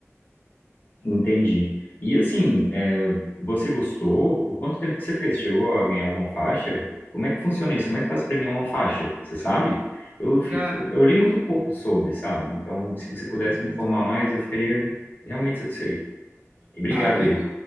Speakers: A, on the left; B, on the right.
A: Entendi. E assim, é, você gostou? Por quanto tempo que você fez? Chegou a ganhar alguma faixa? Como é que funciona isso? Como é que faz para ganhar uma faixa? Você sabe? Eu fico,
B: Cara,
A: eu li muito pouco sobre, sabe? Então, se você pudesse
B: sim,
A: me informar
B: sim.
A: mais, eu ficaria realmente satisfeito. E obrigado
B: tá. em-
A: aí.